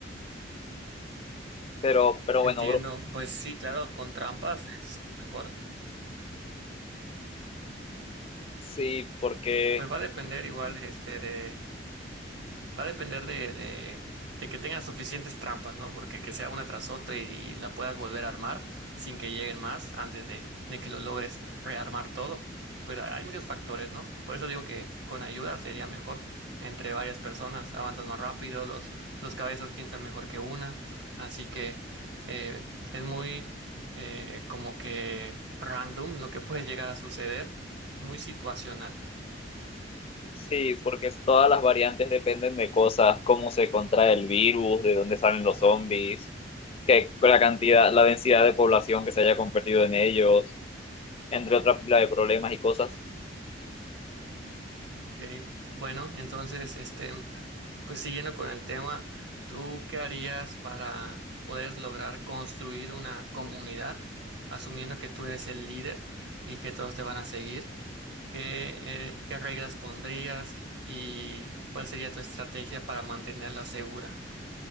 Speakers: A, on the left; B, on the right.
A: Pero, pero
B: entiendo,
A: bueno, bro,
B: pues sí, claro, con trampas es mejor,
A: sí, porque,
B: pues va a depender igual este de Va a depender de, de, de que tengas suficientes trampas, ¿no? Porque que sea una tras otra y, y la puedas volver a armar sin que lleguen más antes de, de que lo logres rearmar todo. Pues hay hay muchos factores, ¿no? Por eso digo que con ayuda sería mejor entre varias personas. Avanzas más rápido, dos, dos cabezas piensan mejor que una. Así que eh, es muy eh, como que random lo que puede llegar a suceder, muy situacional.
A: sí, porque todas las variantes dependen de cosas, cómo se contrae el virus, de dónde salen los zombies, que la cantidad, la densidad de población que se haya convertido en ellos, entre otra pila de problemas y cosas.
B: ¿ok? Bueno, entonces, este. Pues siguiendo con el tema, ¿tú qué harías para poder lograr construir una comunidad, asumiendo que tú eres el líder y que todos te van a seguir? ¿Qué, eh, qué reglas pondrías y cuál sería tu estrategia para mantenerla segura?